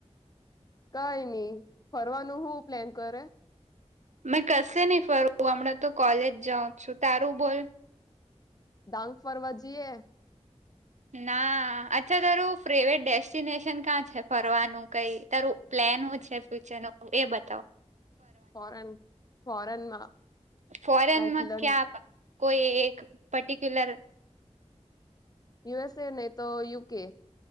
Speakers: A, on the left; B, on the right.
A: કઈ નઈ ફરવાનું શું પ્લેન કરે
B: મેં કશે નહી ફરવુ હમણાં તો કોલેજ જાઉં છું તારું બોલ-
A: ડાંગ ફરવા જઈએ.
B: ના અચ્છા તારું ફ્રેવેટ ડેસ્ટિનેશન કા છે ફરવાનું કઈ તારું- પ્લેન છે હુ ફ્યુચર નું એ બતાવો.
A: ફોરેન ફોરેનમાં
B: ફોરેનમાં
A: લાઈક લં
B: ક્યાં કોઈ એક પર્ટિક્યુલર
A: યુએસએ નહી તો યુકે